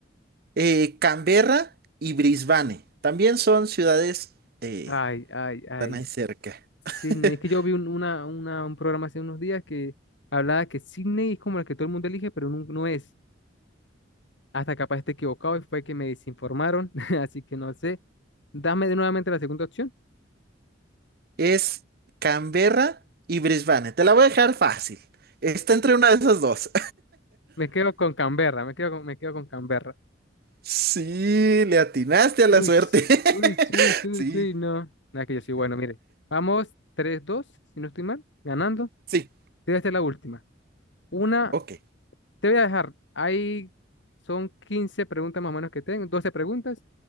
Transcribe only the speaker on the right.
Eh, Canberra y Brisbane también son ciudades, eh,
están ahí cerca.
<laughs>
Es Canberra y Brisbane. Te la voy a dejar fácil. Está entre una de esas dos.
Sí, le atinaste a
la suerte.
<laughs>
Sí,
sí,
ok,